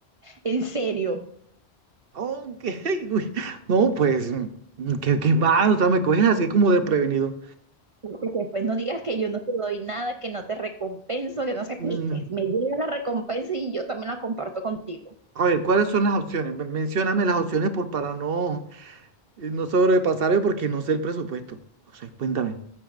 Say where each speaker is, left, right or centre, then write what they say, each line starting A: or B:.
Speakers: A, on the right; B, on the right.
A: En serio.
B: Ok, <laughs> uy. No, pues, mm, qué, qué mal, o sea, me coges así como desprevenido.
A: Porque después no digas que yo no te doy nada, que no te recompenso, que no sé,
B: Mm,
A: viste, me llega la recompensa y yo también la comparto contigo.
B: A ver, ¿cuáles son las opciones? Men- Mencióname las opciones por, para no Eh, No sobrepasaré porque no sé el presupuesto. No sé, cuéntame.